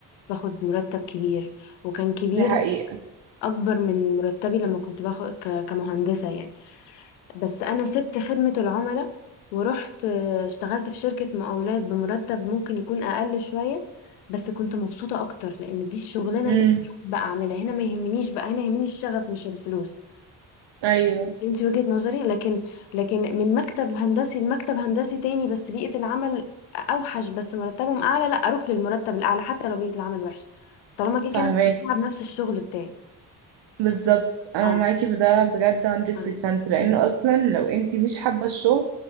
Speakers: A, on the left (about 85°); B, on the right (about 65°).
A: باخد مرتب كبير وكان كبير
B: دي حقيقة
A: اكبر من مرتبي لما كنت باخد ك- كمهندسة يعني بس انا سبت خدمة العملاء ورحت آه، اشتغلت في شركة مقاولات بمرتب ممكن يكون اقل شوية بس كنت مبسوطة اكتر لان دي الشغلانة
B: امم
A: اللي بقى اعملها هنا ما يهمنيش بقى هنا يهمني الشغف مش الفلوس
B: ايوه
A: انت وجهة نظري لكن لكن من مكتب هندسي لمكتب هندسي تاني بس بيئة العمل اوحش بس مرتبهم اعلى لا اروح للمرتب الاعلى حتى لو بيئة العمل وحشة طالما كده
B: فاهماكي
A: كده انا مستمتعة بنفس الشغل بتاعي
B: بالظبط انا
A: اه
B: معاكي في ده بجد 100%
A: أيوة،
B: لان
A: بالظبط
B: اصلا لو انتي مش حابه الشغل